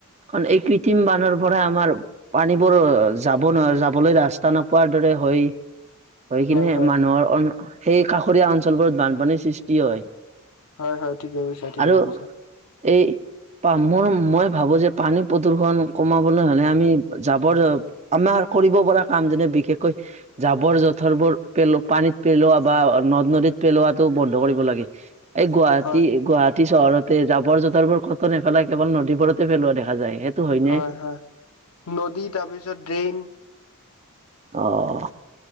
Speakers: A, on the right; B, on the left.
A: কাৰ এই কৃত্ৰিম বানৰ পৰা আমাৰ পানীবোৰ যাব নোৱাৰে, যাবলৈ ৰাস্তা নোপোৱাৰ দৰে হয়। হৈ কিনে
B: হয় হয়
A: মানুহৰ সেই কাষৰীয়া অঞ্চলবোৰত বানপানীৰ সৃষ্টি হয়।
B: হয় হয় ঠিকে বুছা ঠিকে
A: আৰু
B: কৈছা
A: এই মোৰ মই ভাবো যে পানী প্ৰদূৰ্ষন কমাবলৈ হ'লে আমি জাবৰ আমাৰ কৰিব পৰা কাম যেনে বিশেষকৈ জাবৰ- জোথৰবোৰ পেলোৱা পানীত পেলোৱা বা নদ-নদী পেলোৱাটো বন্ধ কৰিব লাগে এই গুৱাহাটী
B: হয়
A: গুৱাহাটী চহৰত তে জাবৰ-জোথৰবোৰ কত নেপেলাই কেৱল নদীবোৰতে পেলোৱা দেখা যায়। হয়নে
B: হয় হয় নদী তাৰপিছত ড্ৰেইন
A: অহ।